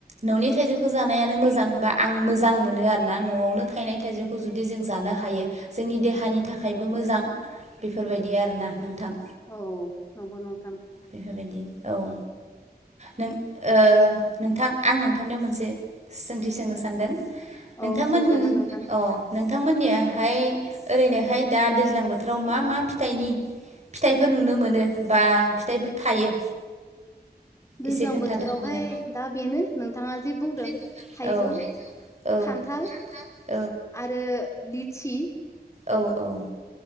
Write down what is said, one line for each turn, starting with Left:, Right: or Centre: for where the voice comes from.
Right: न'नि थाइजौखौ जानायानो मोजां बा आं मोजां मोनो आरोना न'आवनो थायनाय थाइजौखौ जुदि जों जानो हायो जोंनि देहानि थाखायबो मोजां बेफोरबायदि आरोना नोंथां
Left: औ नंगौ नोंथां
Right: बेफोरबायदि
Left: <inaudible>
Right: औ नों ओ नोंथां आं नोंथांनियाव मोनसे सोंथि सोंनो सानदों नोंथांमोन
Left: औ सोंजागोन नोंथां
Right: औ नों थांमोननियाहाय ओरैनोहाय दा दैज्लां बोथोराव मा मा फिथाइनि फिथाइफोर नुनो मोनो बा फिथाइफोर थायो।
Left: दैज्लां
Right: एसे खोन्थादो
Left: बोथोरावहाय
Right: नोंथां
Left: दा बेनो नोंथांङा जे बुंदों
Right: बुंदों
Left: थाइजौ
Right: थाइजौ औ
Left: खान्थाल
Right: खान्थाल
Left: आरो लिचि
Right: औ - औ